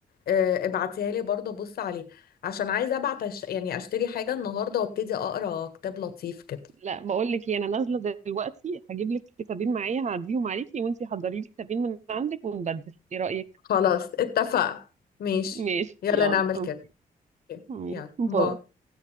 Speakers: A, on the left; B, on the right.
A: آه، ابعتيها لي برضو ابص عليه عشان عايزه ابعت أش... يعني اشتري حاجه النهارده وابتدي اقرا كتاب لطيف كده
B: لا بقول لك إيه، انا نازله دلوقتي هجيب لك كتابين معايا هعديهم عليكي وانت حضري لي كتابين من عندك ونبدل ايه رايك
A: خلاص اتفقنا ماشي
B: ماشي
A: يلا
B: يلا
A: نعمل
B: أوكي.
A: كده أوكي،
B: باي
A: يلا باي